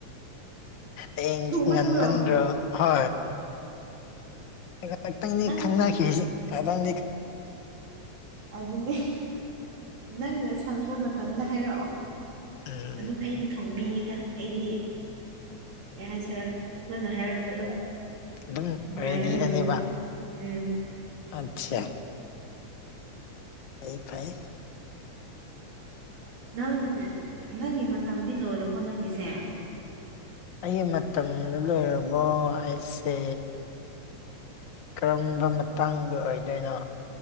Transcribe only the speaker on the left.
ꯑꯩ
ꯉꯟꯃꯟꯗ꯭ꯔ ꯍ ꯈꯇꯪꯗꯤ
ꯈꯪꯅꯈꯤꯁꯤ ꯈꯇꯪ
ꯎꯝ
ꯑꯗꯨꯝ
ꯔꯦꯗꯤꯗꯅꯦꯕ
ꯑꯆꯥ ꯐꯌꯦ ꯐꯌꯦ
ꯑꯩꯒꯤ ꯃꯇꯝꯗ ꯂꯣꯏꯔꯕꯣ ꯍꯥꯏꯁꯦ ꯀꯔꯝꯕ ꯃꯇꯥꯡꯗ ꯑꯣꯏꯗꯣꯏꯅꯣ